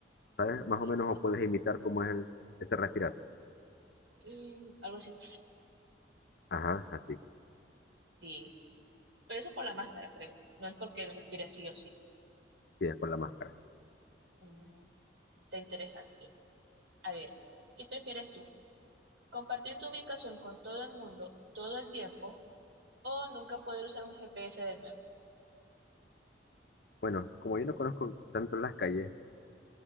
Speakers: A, on the left; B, on the right.
A: ¿Sabes? Más
B: Listo.
A: o menos o puedes imitar cómo es el, ese respirar.
B: Mm, Algo así.
A: Ajá, así.
B: Sí. Pero eso es por la máscara, creo. No es porque él respire sí o sí.
A: Sí, es por la máscara.
B: Mm, está interesante. A ver, ¿qué prefieres tú? ¿Compartir tu ubicación con todo el mundo todo el tiempo o nunca poder usar un GPS de nuevo?
A: Bueno, como yo no conozco tanto las calles,